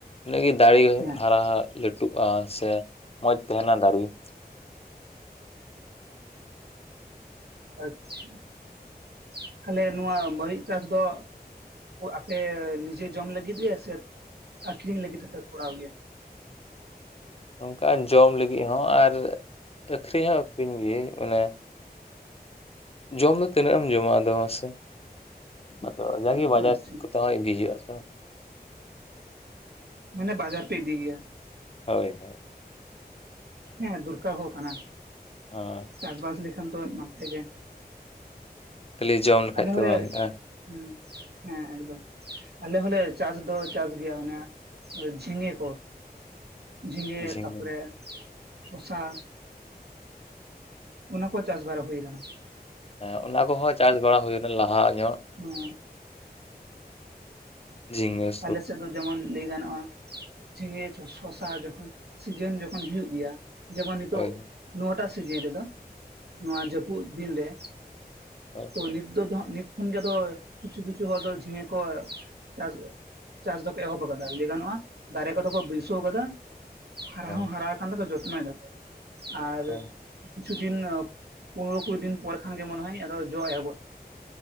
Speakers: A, on the left; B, on the right.
A: ᱤᱱᱟᱹᱜ ᱜᱮ ᱫᱟᱨᱮ
B: ᱦᱮᱸ ᱟᱪᱪᱷᱟ
A: ᱦᱟᱨᱟ ᱞᱟᱹᱴᱩᱜᱼᱟ ᱾ ᱥᱮ ᱢᱚᱡᱽ ᱛᱟᱦᱮᱱᱟ ᱫᱟᱨᱮ ᱾
B: ᱟᱪᱪᱷᱟ ᱾ ᱛᱟᱦᱞᱮ ᱱᱚᱣᱟ, ᱢᱟᱹᱨᱤᱪ ᱪᱟᱥ ᱫᱚ? ᱟᱯᱮ ᱱᱤᱡᱮ ᱡᱚᱢ ᱞᱟᱹᱜᱤᱫ ᱜᱮ, ᱥᱮ? ᱟᱠᱷᱨᱤᱧ ᱞᱟᱹᱜᱤᱫ ᱦᱚᱸᱯᱮ ᱠᱚᱨᱟᱣ ᱜᱮᱭᱟ ᱾
A: ᱚᱱᱠᱟ ᱡᱚᱢ ᱞᱟᱹᱜᱤᱫ ᱦᱚᱸ, ᱟᱨ ᱟᱹᱠᱷᱨᱤᱧ ᱦᱚᱸ ᱟᱹᱠᱷᱨᱤᱧ ᱜᱮ ᱚᱱᱟ ᱡᱚᱢ ᱫᱚ ᱛᱤᱱᱟᱹᱜ? ᱮᱢ ᱡᱚᱢᱟ ᱟᱫᱚ, ᱢᱟᱥᱮ! ᱟᱫᱚ, ᱡᱟᱜᱮ ᱵᱟᱡᱟᱨ
B: ᱟᱪᱪᱷᱟ
A: ᱠᱚᱛᱮ ᱦᱚᱸ ᱤᱫᱤ ᱦᱩᱭᱩᱜᱼᱟ ᱛᱚ ᱾
B: ᱢᱟᱱᱮ, ᱵᱟᱡᱟᱨ ᱯᱮ ᱤᱫᱤ ᱜᱮᱭᱟ?
A: ᱦᱳᱭ, ᱦᱳᱭ ᱾
B: ᱦᱮᱸ, ᱫᱚᱨᱠᱟᱨ ᱦᱚᱸ ᱠᱟᱱᱟ ᱾
A: ᱦᱚᱸ ᱾
B: ᱪᱟᱥ-ᱵᱟᱥ, ᱞᱮᱠᱷᱟᱱ ᱫᱚ ᱱᱟᱯᱟᱭ ᱜᱮ ᱾
A: ᱠᱷᱟᱞᱤ, ᱡᱚᱢ ᱞᱮᱠᱷᱟᱡ
B: ᱟᱞᱮ ᱦᱚᱸ
A: ᱫᱚ
B: ᱞᱮ
A: ᱵᱟᱝ ᱦᱩᱭᱩᱜᱼᱟ
B: ᱦᱩᱸ, ᱦᱮᱸᱼᱮᱠᱫᱚᱢ, ᱟᱞᱮ ᱦᱚᱸᱞᱮ, ᱪᱟᱥ ᱫᱚ ᱪᱟᱥ ᱜᱮᱭᱟ ᱚᱱᱮ ᱡᱷᱤᱸᱜᱮ ᱠᱚ, ᱡᱷᱤᱸᱜᱮ
A: ᱡᱷᱤᱸᱜᱟᱹ
B: ᱛᱟᱯᱚᱨᱮ ᱥᱚᱥᱟ ᱚᱱᱟ ᱠᱚ, ᱪᱟᱥ ᱵᱟᱲᱟ ᱦᱩᱭ ᱟᱠᱟᱱᱟ ᱾
A: ᱦᱮᱸ, ᱚᱱᱟ ᱠᱚᱦᱚᱸ ᱪᱟᱥ ᱵᱟᱲᱟ ᱦᱩᱭ ᱮᱱᱟ ᱞᱟᱦᱟ ᱧᱚᱜ ᱾
B: ᱱᱚᱣᱟ
A: ᱡᱷᱤᱝᱜᱟᱹ ᱾
B: ᱟᱞᱮ, ᱥᱮᱫ ᱫᱚ ᱡᱮᱢᱚᱱ ᱞᱟᱹᱭ ᱜᱟᱱᱚᱜᱼᱟ, ᱡᱷᱤᱸᱜᱮ ᱥᱚᱥᱟ ᱡᱚᱠᱷᱚᱱ, ᱥᱤᱡᱮᱱ ᱡᱚᱠᱷᱚᱱ ᱦᱩᱭᱩᱜ ᱜᱮᱭᱟ ᱡᱮᱢᱚᱱ ᱱᱤᱛᱚᱜ,
A: ᱦᱳᱭ
B: ᱱᱚᱣᱟᱴᱟᱜ ᱥᱤᱡᱤᱱ ᱨᱮᱫᱚ, ᱱᱚᱣᱟ ᱡᱟᱹᱯᱩᱫ ᱫᱤᱱᱨᱮ
A: ᱦᱚᱭ <unintelligible>
B: ᱛᱚ ᱱᱤᱛᱫᱚ, ᱫᱚ ᱦᱟᱸᱜ ᱱᱤᱛ ᱠᱷᱚᱱ ᱜᱮ, ᱫᱚᱭ ᱠᱤᱪᱷᱩ ᱠᱤᱪᱷᱩ ᱦᱚᱲ ᱫᱚ, ᱡᱷᱤᱸᱜᱮ ᱠᱚ ᱪᱟᱥ ᱪᱟᱥ ᱫᱚᱠᱚ ᱮᱦᱚᱵ ᱟᱠᱟᱫᱟ, ᱾ ᱞᱟᱹᱭ ᱜᱟᱱᱚᱜᱼᱟ, ᱫᱟᱨᱮ ᱠᱚ ᱫᱚ ᱠᱚ, ᱵᱟᱹᱭᱥᱟᱹᱣ ᱟᱠᱟᱫᱟ, ᱦᱟᱨᱟ
A: ᱦᱳᱭ
B: ᱦᱚᱸ ᱦᱟᱨᱟ ᱠᱷᱟᱱ ᱫᱚ ᱠᱚ, ᱡᱚᱛᱱᱚᱭ ᱟᱫᱟᱠᱚ ᱟᱨ
A: ᱦᱳᱭ
B: ᱠᱤᱪᱷᱩ ᱫᱤᱱ, ᱯᱚᱱᱨᱚ, ᱠᱩᱲᱤ ᱫᱤᱱ ᱯᱚᱨ ᱠᱷᱟᱱ ᱜᱮ, ᱢᱚᱱᱮ ᱦᱚᱭ, ᱟᱫᱚ ᱡᱚ ᱮᱦᱚᱵᱚᱜᱼᱟ᱾